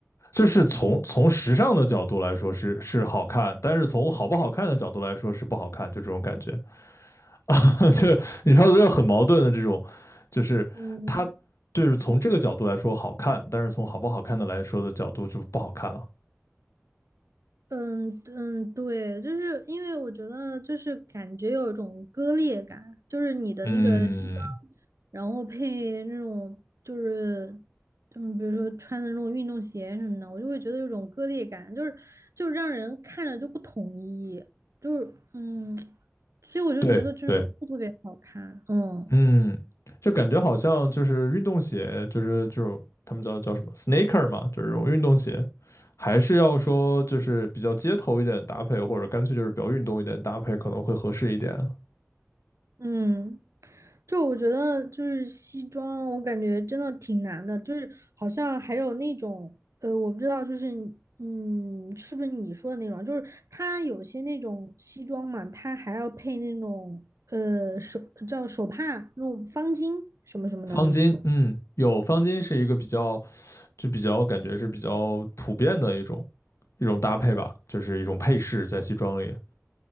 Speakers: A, on the left; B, on the right.
A: 就是从从时尚的角度来说是是好看，但是从好不好看的角度来说是不好看，就这种感觉，<laughs> 就你知道就很矛盾的这种，就是它
B: 嗯。
A: 就是从这个角度来说好看，但是从好不好看的来说的角度就不好看了。
B: 嗯嗯，对，就是因为我觉得就是感觉有一种割裂感，就是你的那个西装，
A: 嗯，
B: 然后配那种就是嗯，比如说穿的那种运动鞋什么的，我就会觉得有种割裂感，就是就是让人看着就不统一，就是嗯，<tsk> 所以我就觉得就是不是特别好看，
A: 对对，
B: 嗯。
A: 嗯，就感觉好像就是运动鞋，就是就他们叫叫什么 sneaker 嘛，就是这种运动鞋，还是要说就是比较街头一点搭配，或者干脆就是比较运动一点搭配可能会合适一点。
B: 嗯，就我觉得就是西装，我感觉真的挺难的，就是好像还有那种呃，我不知道，就是嗯，是不是你说的那种？就是它有些那种西装嘛，它还要配那种呃手叫手帕那种方巾什么什么的那种。
A: 方巾，嗯，有方巾是一个比较就比较感觉是比较普遍的一种一种搭配吧，就是一种配饰在西装里，